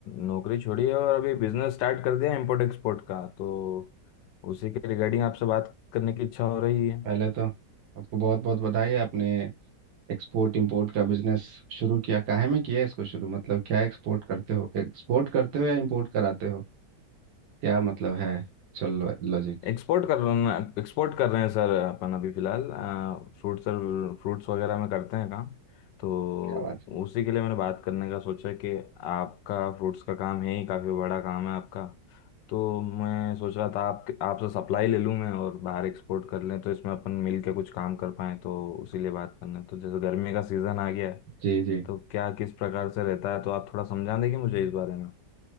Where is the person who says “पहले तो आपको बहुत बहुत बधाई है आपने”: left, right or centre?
Right